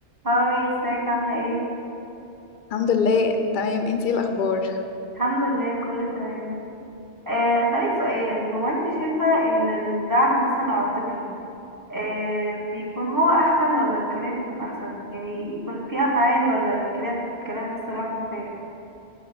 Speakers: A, on the right (about 15°); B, on the left (about 50°).
A: هاي ازيك عاملة ايه؟
B: الحمد لله تمام انتي ايه الاخبار
A: الحمد لله كله تمام آه هسألك سؤال هو انت شايفة ان الدعم مثلا العاطفي آه بيكون هو احسن ولا الكلام يكون احسن؟ يعني يكون في افعال ولا الكلام الكلام بس لوحده كفاية؟